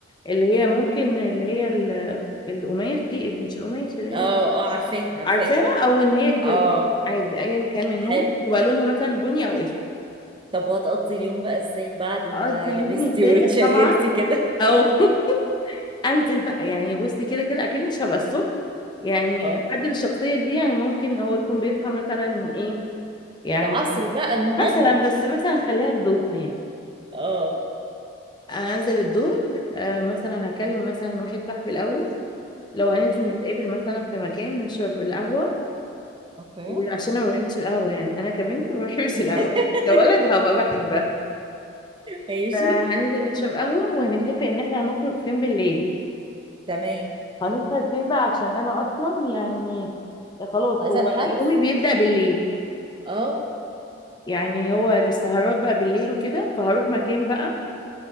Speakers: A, on the left; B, on the right.
A: اللي هي ممكن اللي هي ال- القماش دي اللي مش القماش اللي
B: اه
A: هي
B: اه عارفاه عارفاه
A: عارفاها او ان هي الجلد
B: اه
A: عادي ايا كان منهم
B: حلو
A: تبقى لونها مثلا بني او اسود
B: طب وهتقضي اليوم بقى ازاي بعد ما
A: اقضي
B: لبستي
A: يومي ازاي
B: وتشيكتي
A: طبعا
B: كده
A: اه <laughs> انزل بقى يعني بصي كده كده اكيد مش هبقى الصبح يعني
B: اه
A: حد بالشخصيه دي يعني ممكن هو يكون بيصحى مثلا ايه يعني
B: العصر بقى المغرب
A: مثلا بس مثلا خليها الظهر يعني
B: اه
A: انزل الظهر آه مثلا هكلم مثلا واحد صاحبي الاول لو هننزل
B: مم.
A: نتقابل مثلا في مكان نشرب القهوه
B: اوكي
A: وعشان انا ما بحبش القهوه يعني انا كبنت ما بحبش
B: <laughs>
A: القهوه لو ولد هبقى بحبها
B: ماشي
A: فهننزل نشرب قهوه وهنتفق ان احنا هنخرج فين بالليل
B: تمام
A: هنسهر فين بقى عشان انا اصلا يعني خلاص
B: هذا
A: هو
B: الحرف
A: يومي بيبدأ بالليل
B: اه
A: يعني هو السهرات بقى بالليل وكده فهروح مكان بقى